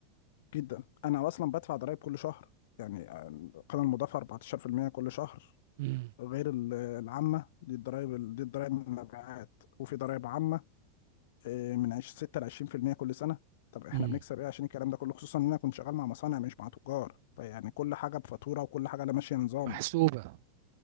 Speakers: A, on the left (about 65°); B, on the right (about 60°).
A: جدا أنا أصلا بدفع ضرايب كل شهر يعني القيمة المضافة 14% كل شهر
B: امم
A: غير ال- العامة دي الضرايب دي الضرايب من المبيعات وفي ضرايب عامة آه، من عش- 6 ل 20% كل سنة طب احنا
B: امم
A: بنكسب ايه عشان الكلام ده كله خصوصا ان انا كنت شغال مع مصانع مش مع تجار فيعني كل حاجة بفاتورة وكل حاجة لا ماشية نظام
B: <coughs> محسوبة